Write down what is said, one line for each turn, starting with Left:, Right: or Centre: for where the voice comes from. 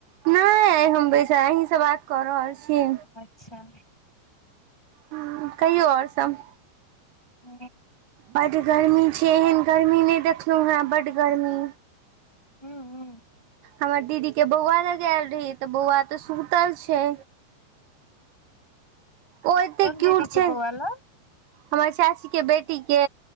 Right: नहि आइ हम बैसल अहींसँ बात कऽ रहल छी
Centre: अच्छा
Right: हॉं कहियौ आओर सब
Centre: ह <unintelligible>
Right: बड गर्मी छै एहन गर्मी नहि देखलहु है बड गर्मी
Centre: हू हू
Right: हमर दीदी के बौआ लग आयल रही तऽ बौआ तऽ सुतल छै ओ एते
Centre: कोन
Right: क्यूट
Centre: दिदी के
Right: छै
Centre: बउआ लग
Right: हमर चाची के बेटी के